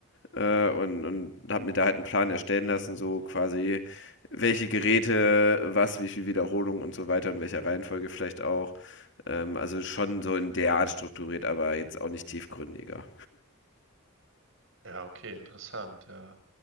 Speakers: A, on the left; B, on the right.
A: äh, und, und habe mir da halt einen Plan erstellen lassen, so quasi welche Geräte, was, wie viel Wiederholung und so weiter, in welcher Reihenfolge vielleicht auch. Ähm, also schon so in der Art strukturiert, aber jetzt auch nicht tiefgründiger.
B: Ja, okay, interessant, ja.